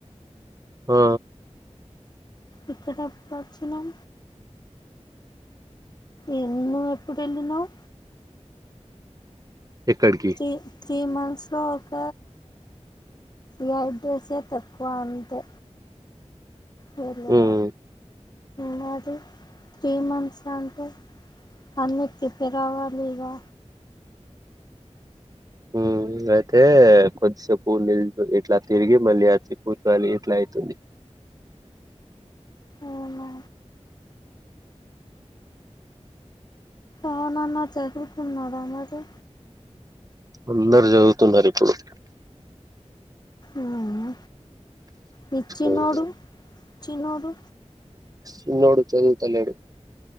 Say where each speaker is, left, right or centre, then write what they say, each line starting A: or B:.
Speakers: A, on the right; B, on the left.
A: ఆ
B: ఇక్కడ ఏప్పుడు వచ్చినం ఏం నువ్ ఎప్పుడు వేళ్ళినవ్
A: ఎక్కడికి
B: త్రీ త్రీ మంత్స్లో ఒక జాబ్ చేసేది తక్కువ అంతే వెళ్లిన
A: ఉమ్
B: మరి త్రీ మంత్స్ అంటే అన్నీ చేప్పి రావాలిగా
A: ఉం అయితే కొద్దిసేప్ నిల్ ఇట్లా తిరిగి మళ్ళీ అచ్చి కూర్చొని ఇట్లా అయితుంది
B: అవునా అవునన్నా చదువుకున్నారా మరి
A: అందరా చదువుతున్నారు ఇప్పుడు
B: ఊమ్ ని చిన్నోడు
A: ఉమ్,
B: చిన్నోడు
A: చిన్నోడు చదువుతన్నాడు